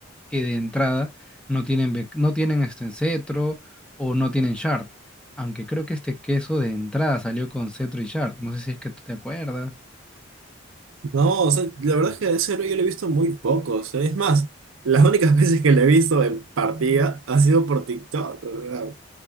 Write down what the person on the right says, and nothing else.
No, o sea, la verdad es que a ese héroe yo le he visto muy poco. o sea, es más, las únicas <laughs> veces que le he visto en partida ha sido por TikTok. o sea,